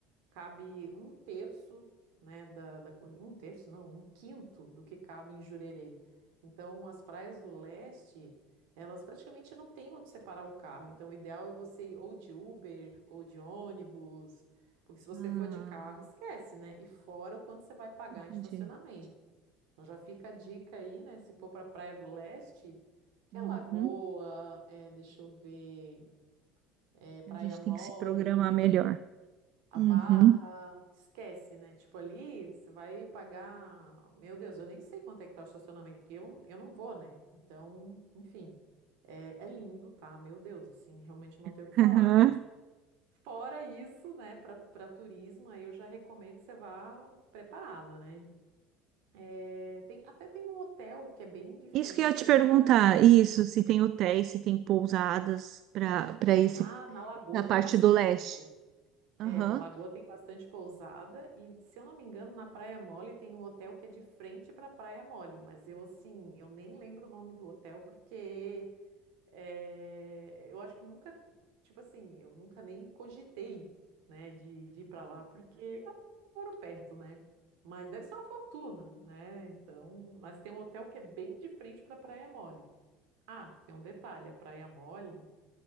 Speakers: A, on the right; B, on the right.
A: cabe um terço, né, da, da- um terço, não, um quinto do que cabe em Jurerê. Então, as praias do leste, elas praticamente não têm onde separar o carro. Então, o ideal é você ir ou de Uber ou de ônibus, porque se você
B: Ah,
A: for de carro, esquece, né? E fora o quanto você vai pagar
B: entendi.
A: em estacionamento. Então, já fica a dica aí, né? Se for para a Praia do Leste, que
B: Uhum.
A: é Lagoa, é, deixa eu ver, é, Praia
B: A gente
A: Mole.
B: tem que se programar melhor.
A: A
B: Uhum.
A: barra, esquece, né? Tipo, ali você vai pagar. Meu Deus, eu nem sei quanto é que tá o estacionamento, porque eu, eu não vou, né? Então, enfim, é, é lindo, tá? Meu Deus, assim, realmente eu não
B: <laughs>
A: tenho o que falar,
B: Aham.
A: mas fora isso, né, para para turismo, aí eu já recomendo que você vá preparada, né? É, tem, até tem um hotel que é bem de frente
B: Isso que eu ia te
A: ali
B: perguntar,
A: para.
B: isso, se tem hotéis, se tem pousadas para para esse
A: Ah, na Lagoa
B: na
A: tem
B: parte
A: bastante.
B: do leste.
A: É,
B: Aham.
A: na Lagoa tem bastante pousada e, se eu não me engano, na Praia Mole tem um hotel que é de frente para a Praia Mole, mas eu, assim, eu nem lembro o nome do hotel porque é, eu acho que nunca, tipo assim, eu nunca nem cogitei, né, de, de ir para lá porque até que eu moro perto, né? Mas deve ser uma fortuna, né? Então, mas tem um hotel que é bem de frente para a Praia Mole. Ah, tem um detalhe, a Praia Mole